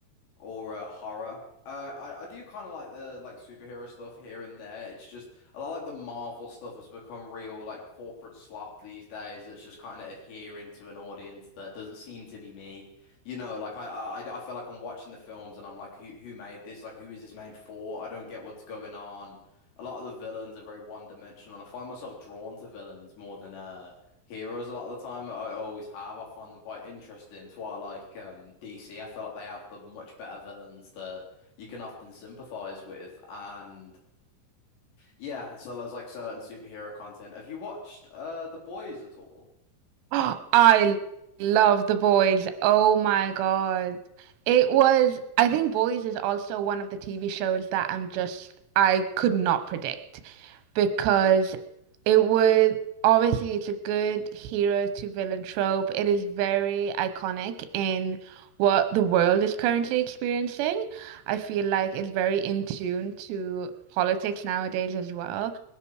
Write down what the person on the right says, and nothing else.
<gasps> I love The Boys. Oh my God. It was, I think Boys is also one of the TV shows that I'm just, I could not predict because it would, obviously, it's a good hero to villain trope. It is very iconic in what the world is currently experiencing. I feel like it's very in tune to politics nowadays as well.